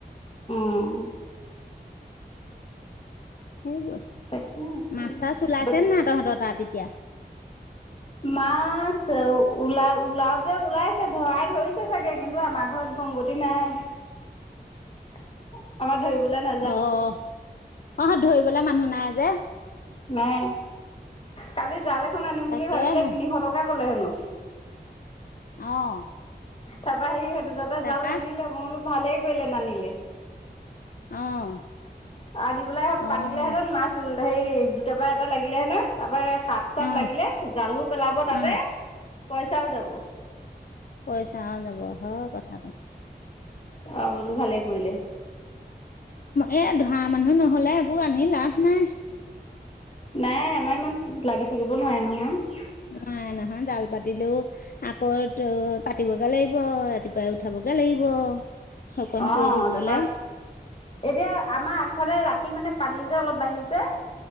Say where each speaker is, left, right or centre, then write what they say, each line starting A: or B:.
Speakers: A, on the left (about 35°); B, on the left (about 60°).
A: অ'।
B: সেইবোৰে,
A: তাকে
B: মাছ-চাছ ওলাইছে নে নাই তহঁতৰ তাত এতিয়া?
A: মাছ ওলা ওলাওতে ওলাইছে ধৰাই ধৰিছে চাগে কিন্তু আমাৰ ঘৰত গমগতি নাই। <inaudible> আমাৰ ধৰিবলৈ নাই।
B: অ', অ', ধৰিবলে মানুহ নাই যে।
A: নাই, কালি জাল এখন আনিম বুলি
B: তাকেহে
A: ভাবিলে তিনিশ টকা ক'লে হেনো।
B: অ'।
A: তাৰপৰা হেৰি সেটো <unintelligible>
B: তাৰপা
A: জাল নানিলে মই বোলো ভালেই কৰিলে নানিলে।
B: অ'।
A: আনি পেলাই পাতিলেহেঁতেন
B: অ',
A: মাছ হেৰি দুটা বা এটা লাগিলে হেতেন তাৰপৰা এয়া সাপ চাপ
B: অ',
A: লাগিলে জালো পেলাব তাতে
B: অ', অ'।
A: পইচাও যাব।
B: পইচাও যাব হয় কথাটো।
A: <unintelligible> বোলো ভালেই কৰিলে।
B: এ ধৰা মানুহ নহ'লে এইবোৰ আনি লাভ নাই।
A: নাই আমাৰ ইমান লাগি থাকিব নোৱাৰে নহয়।
B: নোৱাৰে নহয় জাল পাতিলেও আকৌ পাতিবগে লাগিব ৰাতিপুৱাই উঠাবগে লাগিব। অকণ
A: অ',
B: কৰি থাকিবলৈ
A: তাৰপৰা এতিয়া আমাৰ আগফালে ৰাতি মানে পানী যে অলপ বাঢ়িছে।